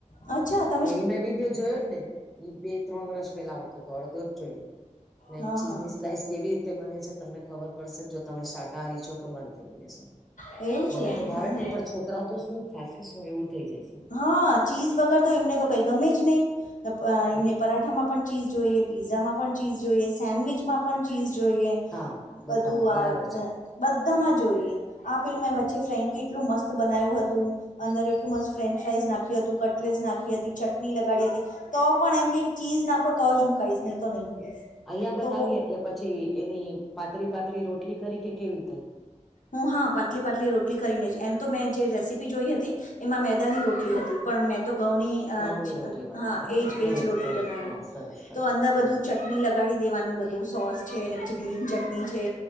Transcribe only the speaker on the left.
અચ્છા ત
હા
હા
એવું છે
હા
હા ચીઝ વગર તો એમને તો કઈ ગમે જ નહીં
એમને પરાઠામાં પણ ચીઝ જોઈએ પીઝામાં પણ ચીઝ જોઈએ સેન્ડવીચમાં પણ ચીઝ જોઈએ
બધું આ
<unintelligible> બધામાં જોઈએ આપેલું મેં વચ્ચે ફ્રેન્કી એટલું મસ્ત બનાય્યું હતું. અંદર એટલું મસ્ત ફ્રેન્ચ ફ્રાઈઝ નાખ્યું હતું કટલેસ નાખી હતી ચટની લગાડી હતી તો પણ એમ કે ચીઝ નાખો તો જ હું ખાઈશ નહી તો નય ખાઈશ
તો
હું હા પાટલી પાટલી રોટલી કરીને જ એમ તો મેં જે રેસીપી જોઈ હતી એમાં મેદાની રોટલી હતી પણ મેં તો ઘઉંની અ
જ
હા
એજ
એજ રોટલી
બનાવી
તો અંદર બધું
ચ ની લગાડી દેવાનું બધું સોસ છે, અને પછી ગ્રીન ચટણી છે,